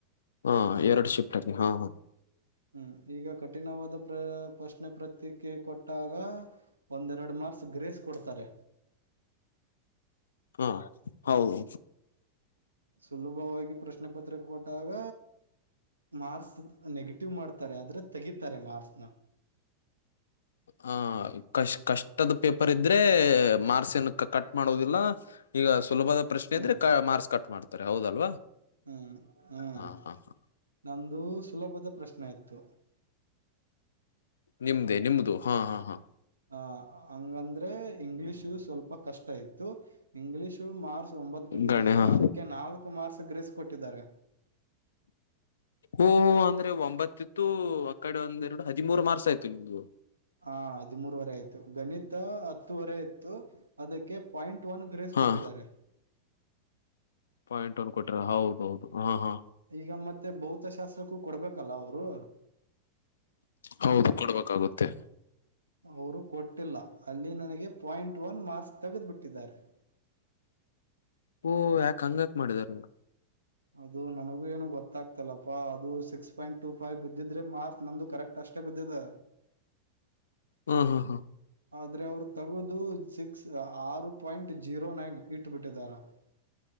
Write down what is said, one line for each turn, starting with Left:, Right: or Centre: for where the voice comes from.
Left: ಹಾ ಎರಡು ಶಿಫ್ಟ್ ಹಾ ಹಾ
Right: ಹ್ಮ್ ಈಗ ಕಠಿಣವಾದ ಪ್ರ ಪ್ರಶ್ನೆ ಪ್ರತ್ರಿಕೆ ಕೊಟ್ಟಾಗ ಒಂದೆರಡು ಮಾರ್ಕ್ಸ್ ಗ್ರೇಸ್ ಕೊಡ್ತಾರೆ.
Left: ಹಾ ಹೌದು
Right: ಸುಲಭವಾಗಿ ಪ್ರಶ್ನೆ ಪತ್ರಿಕ್ ಕೊಟ್ಟಾಗ ಮಾರ್ಕ್ಸ್ ನೆಗೆಟಿವ್ ಮಾಡ್ತಾರೆ ಆದರೆ ತೆಗಿತ್ತಾರೆ ಮಾರ್ಕ್ಸ್ ನಾ
Left: ಹ ಕಶ್ ಕಷ್ಟದ್ ಪೇಪರ್ ಇದ್ರೆ ಮಾರ್ಕ್ಸ ಏನು ಕಟ್ ಮಾಡೋದಿಲ್ಲ. ಈಗ ಸುಲಭದ ಪ್ರಶ್ನೆ
Right: ಹ್ಮ್
Left: ಇದ್ರೆ ಕ ಮಾರ್ಕ್ಸ್ ಕಟ್ ಮಾಡ್ತಾರೆ ಹೌದಲ್ವಾ
Right: ಹ್ಮ್ ಹ್ಮ್
Left: ಹಾ ಹಾ ಹಾ
Right: ನಮ್ಮದು ಸುಲಭದ ಪ್ರಶ್ನೆ ಇತ್ತು.
Left: ನಿಮ್ದೆ ನಿಮ್ದು ಹಾ ಹಾ ಹಾ
Right: ಹ ಹಂಗಂದ್ರೆ ಇಂಗ್ಲೀಷು ಸ್ವಲ್ಪ ಕಷ್ಟ ಇತ್ತು ಇಂಗ್ಲೀಷ್ ಮಾರ್ಕ್ಸ್ ಒಂಬತ್ತು ಬಿದ್ದಿದೆಯಲ್ಲ
Left: ಗಣೆ ಹಾ
Right: ಅದಕ್ಕೆ ನಾಲ್ಕು ಮಾರ್ಕ್ಸ ಗ್ರೇಸ್ ಕೊಟ್ಟಿದ್ದಾರೆ.
Left: ಓ ಹ ಅಂದ್ರೆ ಒಂಬತ್ತು ಇತ್ತು ಆ ಕಡೆ ಒಂದ್ ಎರಡು ಹದಿಮೂರು ಮಾರ್ಕ್ಸ ಆಯ್ತು ನಿಮ್ದು
Right: ಹಾ ಹದಿಮೂರವರೆ ಆಯ್ತು ಗಣಿತ ಹತ್ತುವರೆ ಇಯಿತ್ತು ಅದಕ್ಕೆ ಪಾಯಿಂಟ್ ಒನ್ ಗ್ರೇಸ್
Left: ಹಾ
Right: ಕೊಟ್ಟಿದ್ದಾರೆ
Left: ಪಾಯಿಂಟ್ ಒನ್ ಗ್ರೇಸ್ ಕೊಟ್ಟ್ರ ಹೌದ್ ಹೌದು ಹಾ ಹಾ
Right: ಈಗ ಮತ್ತೆ ಭೌತಶಾಸ್ತ್ರಕ್ಕೂ ಕೊಡ್ಬೇಕಲ್ಲ ಅವರೂ
Left: ಹೌದು ಕೊಡ್ಬೇಕಾಗುತ್ತೆ.
Right: ಅವರು ಕೊಟ್ಟಿಲ್ಲ ಅಲ್ಲಿ ನನಗೆ ಪಾಯಿಂಟ್ ಒನ್ ಮಾರ್ಕ್ಸ್ ತೆಗೆದುಬಿಟ್ಟಿದ್ದಾರೆ. <unintelligible>
Left: ಓ ಯಾಕ್ ಹಂಗಕ್ ಮಾಡಿದ್ದಾರೆ.
Right: ಅದು ನನಗೆ ಏನು ಗೊತ್ತಾಗ್ತಾಯಿಲ್ಲಪ್ಪಅದು ಸಿಕ್ಸ್ ಪಾಯಿಂಟ್ ಟು ಯ ಬಿದ್ದಿದ್ರೆ ಮಾರ್ಕ್ಸ್ ನಂದು ಕರೆಕ್ಟ್ ಅಷ್ಟೇ ಬಿದ್ದಿದೆ.
Left: ಹ್ಮ ಹ್ಮ್ ಹ್ಮ
Right: ಆದ್ರೆ ಅವರು ತಗೋದು ಸಿಕ್ಸ್ ಆರು ಪಾಯಿಂಟ್ ಜೀರೋ ನೈನ್ ಇಟ್ಬಿಟ್ಟಿದಾರೆ‌. <unintelligible>